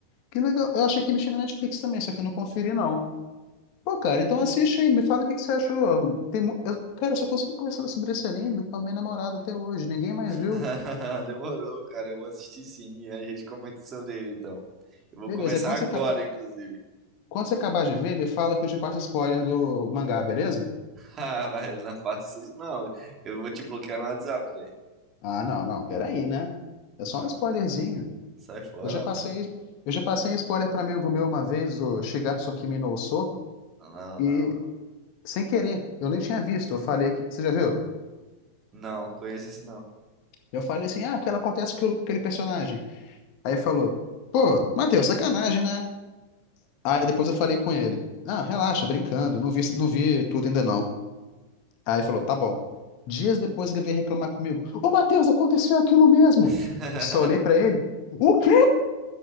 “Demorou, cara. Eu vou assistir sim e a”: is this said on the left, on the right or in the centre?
Right